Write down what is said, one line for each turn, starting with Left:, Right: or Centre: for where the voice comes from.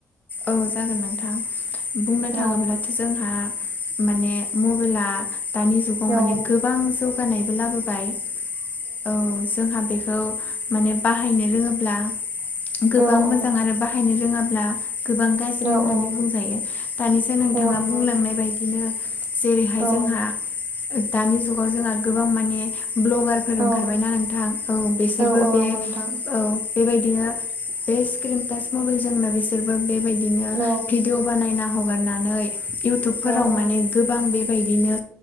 Left: औ जागोन नोंथां बुंनो
Right: औ
Left: थाङोब्ला जोंहा माने मबाइला दा जुगाव
Right: औ
Left: माने गो गोबां जौगानायबो लाबोबाय औ जोंहा बेखौ। माने बाहायनो रोङोब्ला गोबां
Right: औ
Left: मोजां आरो बाहायनो रोङाब्ला गोबां गाज्रि होननानै
Right: औ औ
Left: बुंजायो दानिसो नोंथाङा
Right: औ नंगौ
Left: बुंलांनाय बायदिनो जेरैहाय
Right: औ
Left: जोंहा दानि जुगाव जोंहा गोबां माने ब्लगारफोर ओंखारबायना
Right: औ
Left: नोंथां औ बेसोरबो
Right: औ औ
Left: बे
Right: नंगौ नोंथां
Left: औ बेबायदिनो बे स्क्रिन टाच मबाइल जोंनो बिसोरबो बेबायदिनो।
Right: औ
Left: भिडिअ बानायना हगारनानै इउटुबफोराव
Right: औ औ
Left: माने गोबां बेबायदिनो